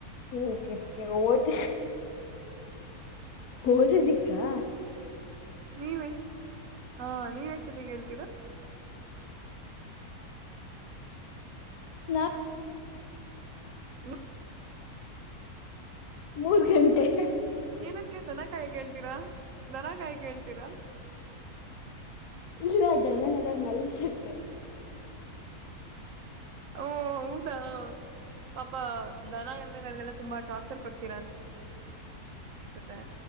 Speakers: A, on the left; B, on the right.
A: ಓಕೆ ೆ ಓದ ಓದದಿಕ್ಕಾ
B: ನೀವೆಷ್ಟ್ ಹಾ ನೀವ ಎಷ್ಟೊತ್ತಿಗೆ ಹೇಳ್ತೀರಾ
A: ನಾ
B: ಹ್ಮ
A: ಮೂರ್ ಗಂಟೆ
B: ಏನಕ್ಕೆ ದನಕಾಯಿ ಕೇಳ್ತೀರಾ ದನಕಾಯಿ ಕೇಳ್ತೀರಾ
A: ಇಲ್ಲ ಧನನೆಲ್ಲ ಮಲಗ್ಸಕೆ
B: ಓ ಹೌದಾ ಪಾಪ ದನ ಎಮ್ಮೆಗಳಿಗೆಲ್ಲ ತುಂಬಾ ಟಾರ್ಚರ್ ಕೊಡ್ತೀರಾ ಅನ್ಸುತ್ತೆ